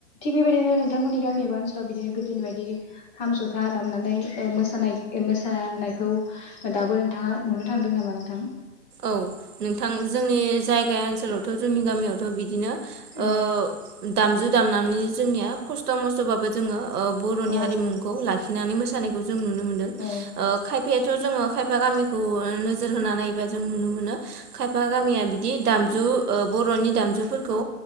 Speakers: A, on the left; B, on the right.
A: थिग बेबायदिनो नों थांमोननि गामि एबा ओनसोलाव बिदिनो गोदोनि बायदि खाम जथा दामनानै ओ मोसानाय मोसानाय खौ दाबो नोंथाङा नुनो थांदों नामा नोंथां?
B: औ नोंथां जोंनि जायगा ओनसोलावथ जोंनि गामियावथ बिदिनो
A: औ
B: ओ दामजु दामनानै जोंनिया खस्थ मस्थ बाबो जोङो ओ बरनि
A: औ
B: हारिमुखौ लाखि लाखिनानै मोसानायखौ जों नुनो मोन्दों
A: औ
B: ओ खायफाया थ जोङो खायफा गामिखौ ओ नोजोर होना नायोबा जों नुनो मोनो खायफा गामिया बिदि दामजु बर नि दामजुफोरखौ